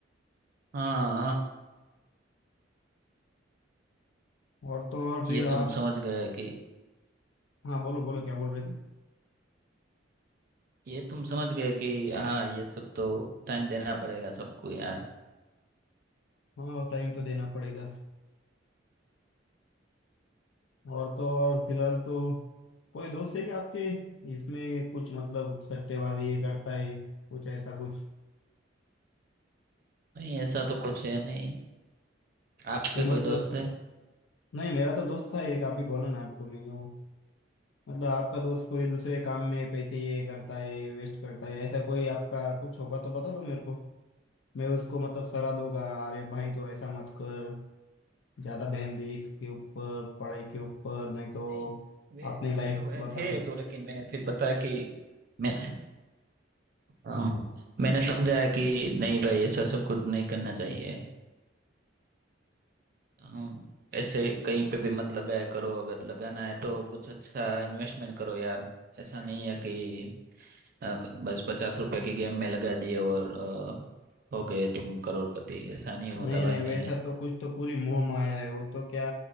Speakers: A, on the right; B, on the left.
A: हाँ हाँ
B: और तो और फिर
A: ये
B: आप
A: तुम समझ गए कि
B: हाँ बोलो बोलो क्या बोल रहे थे
A: ये तुम समझ गए कि हाँ ये सब तो टाइम देना पड़ेगा सबको यार
B: हाँ टाइम तो देना पड़ेगा और तो और फिलहाल तो कोई दोस्त है क्या आपके इसमें कुछ मतलब सट्टेबाजी ये करता है कुछ ऐसा कुछ
A: नहीं ऐसा तो कुछ है नहीं आपके
B: फिर मतलब
A: कोई दोस्त है
B: नहीं मेरा तो दोस्त था एक आप भी बोला ना आपको मैंने वो मतलब आपका दोस्त कोई दूसरे काम में पैसे ये करता है वेस्ट करता है ऐसा कोई आपका कुछ होगा तो बता दो मेरे को मैं उसको मतलब सलाह दूंगा अरे भाई तो ऐसा मत कर ज्यादा ध्यान दे इसके ऊपर पढ़ाई के ऊपर नहीं तो
A: नहीं वे
B: अपनी
A: ऐसे
B: लाइफ
A: तो है
B: बता
A: थे
B: कुछ
A: एक दो लेकिन मैंने फिर बताया कि मैंने हाँ मैंने समझाया कि नहीं भाई ऐसा सब कुछ नहीं करना चाहिए हाँ, ऐसे कहीं पे भी मत लगाया करो अगर लगाना है तो कुछ अच्छा इन्वेस्टमेंट करो यार ऐसा नहीं है कि अ, बस पचास रुपए की गेम में लगा दिए और अ, हो गए तुम करोड़पति ऐसा नहीं होता
B: नहीं
A: भाई
B: नहीं
A: मैंने
B: वैसा तो कुछ तो पूरी मोह माया है वो तो क्या